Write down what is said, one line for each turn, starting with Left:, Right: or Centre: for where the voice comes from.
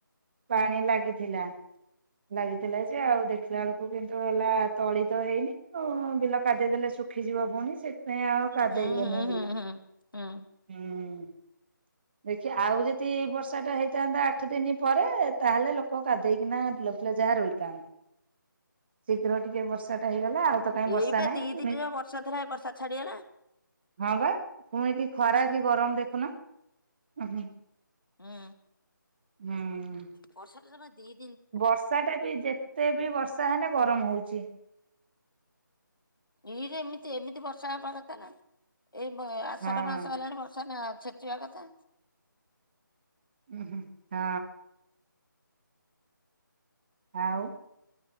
Right: ପାଣି ଲାଗିଥିଲା। ଲାଗିଥିଲା ଯେ ଆଉ ଦେଖିଲା ବେଳକୁ କିନ୍ତୁ ହେଲା ତଳି ତ ହେଇନି। ଓଁ, ବିଲ କାଦେଇ ଦେଲେ ଶୁଖିଯିବ ପୁଣି ସେଥିପାଇଁ ଆଉ କାଦେଇଲେନି
Left: ହୁଁ ହୁଁ ହୁଁ
Right: ବିଲ।
Left: ହୁଁ ହୁଁ।
Right: ହୁଁ। ଦେଖିଆ ଆଉ ଯଦି ବର୍ଷା ଟା ହେଇଥାନ୍ତା ଆଠ ଦିନି ପରେ ତାହେଲେ ଲୋକ କାଦେଇକିନା ବିଲ ଫିଲ ଯାହା ରୋଇଥାନ୍ତେ ଶୀଘ୍ର ଟିକେ ବର୍ଷା ଟା ହେଇଗଲା ଆଉ। ତ କାଇଁ ବର୍ଷା
Left: ଏଇପା
Right: ନାହିଁ
Left: ଦି
Right: ପୁଣି
Left: ଦିନର ବର୍ଷା ଧରା ଏ ବର୍ଷା ଛାଡ଼ିଗଲା।
Right: ହଁ ବା, ପୁଣି କି ଖରା କି ଗରମ ଦେଖୁନ ଉଁ ହୁଁ।
Left: ହୁଁ,
Right: ହୁଁ।
Left: ବର୍ଷା ଟା ଜମା ଦି ଦିନ୍‌
Right: ବର୍ଷା ଟା ବି, ଯେତେ ବି ବର୍ଷା ହେଲେ ଗରମ ହଉଛି।
Left: ଏଇ ଯେମିତି ଏମିତି ବର୍ଷା ହବା କଥା ନା, ଏଇ ବ ଆଷାଢ଼
Right: ହଁ।
Left: ମାସ ହେଲାଣି ବର୍ଷା ନା ଛେ ଚିବା କଥା।
Right: ଉ ହୁଁ, ହଁ। ଆଉ?